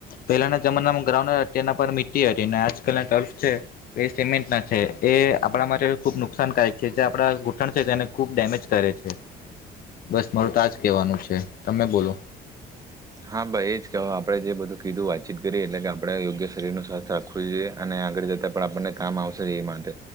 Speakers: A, on the left; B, on the right.
A: પહેલાના જમાનામાં ગ્રાઉન્ડ તેના પર મિટ્ટી હતી ને આજકાલ ટર્ફ છે તે સિમેન્ટના છે એ આપડા માટે ખૂબ નુકસાનકાયક છે જે આપડા ઘૂંઠણ છે તેને ખૂબ ડેમેજ કરે છે બસ મારું તો આજ કેવાનું છે તમે બોલો
B: હા ભાઈ એ જ કહેવા આપણે જે બધું કીધું વાતચીત કરી એટલે કે આપડે યોગ્ય શરીરનો સ્વાસ્થ આપ ખુઈએ અને આગળ જતાં પણ આપણને કામ આવશે એ માટે.